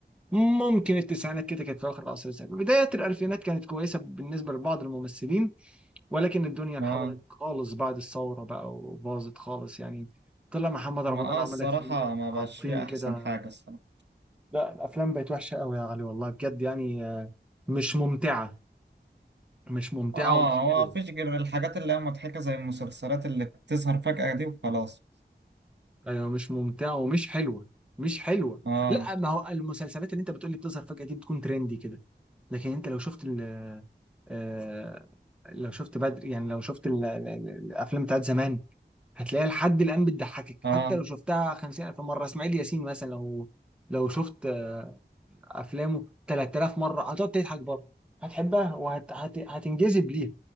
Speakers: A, in the centre; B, on the right.
A: ممكن التسعينات كده كانت في اخر العصر الذهبي بداية الالفينات كانت كويسة بالنسبة لبعض الممثلين ولكن الدنيا انحدرت
B: اه
A: خالص بعد الثورة بقى وباظت خالص يعني طلع محمد رمضان
B: ما اه
A: عمل
B: الصراحة
A: لك فيلمين
B: ما بقاش
A: عابطين
B: فيه احسن
A: كده
B: حاجة الصراحة
A: لا الافلام بقت وحشة قوي يا علي والله بجد يعني آه، مش ممتعة مش ممتعة
B: اه
A: ومش
B: هو
A: حلوة
B: مفيش غير الحاجات اللي هي مضحكة زي المسلسلات اللي بتظهر فجأة دي وخلاص
A: ايوه مش ممتعه ومش حلوه مش حلوه
B: اه
A: لا ما هو المسلسلات اللي انت بتقولي بتظهر فجأة دي بتكون ترندي كده لكن انت لو شفت ال آه، لو شفت بدر يعني لو شفت ال- ال- ال- الافلام بتاعت زمان هتلاقيها لحد الان بتضحكك حتى
B: اه
A: لو شفتها 50000 مره اسماعيل ياسين مثلا لو لو شفت آه، افلامه 3000 مره هتقعد تضحك برضه هتحبها وهتنجذب ليها